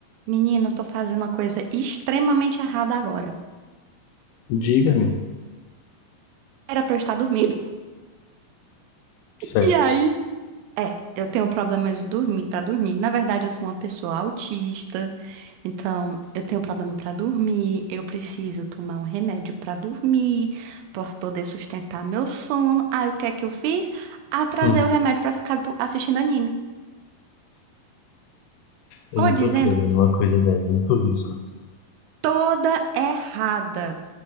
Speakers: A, on the right; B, on the left.
A: Menino, eu tô fazendo uma coisa extremamente errada agora.
B: Diga-me.
A: Era pra eu estar dormindo. <laughs>
B: Certo.
A: E aí? É, eu tenho problema de dormir, pra dormir. Na verdade, eu sou uma pessoa autista, então eu tenho problema pra dormir. Eu preciso tomar um remédio pra dormir, pra poder sustentar meu sono. Aí, o que é que eu fiz? Atrasei
B: Hum,
A: o remédio pra ficar do- assistindo anime.
B: eu
A: Tô
B: não
A: dizendo
B: tô crendo numa coisa dessa, eu não tô vendo isso, não.
A: toda errada.